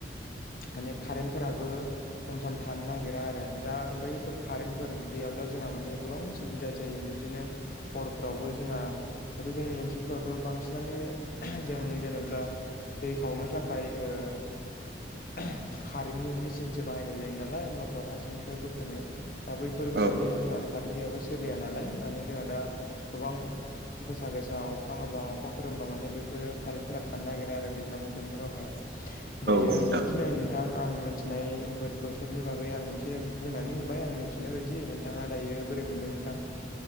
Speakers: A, on the left; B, on the right.
A: माने कारेन्टफोराबो सम सम थानो नागिरा आरो। दा बैफोर कारेन्टफोर गैयाब्ला जोंहा माने गोबां असुबिदा जायो बिबदिनो हरफ्रावबो जों जोंहा दाथ' जोंनि ओनसोलफ्रावथ' बांसिनानो जों जेनेब्ला दै खावनो थाखाय ओ कारेन्टनि मेसिनसो बाहायनाय जायो नालाय मथर हा सिं बोखोनो दा बैफोरबो जोंहा
B: औ
A: माने
B: औ
A: खारेन गैयाब्ला सोलिया नालाय माने जोंहा दा गोबां गोसा गोसा अखा हाबा अखा खोरोमबा माने बे फोरो कारेन्टफोरा थानो नागिरो आरो दैज्लां बोथोरफोरावहाय दायो
B: नोंथां
A: बिब्दिनो नोंथां। आं मिथिनाय बो-बोथोरनि बागै आं एसे बुंनानै होबाय आं मिथिनाय बायदि नोंथाङा दायो बोरै मोनदों नोंथां।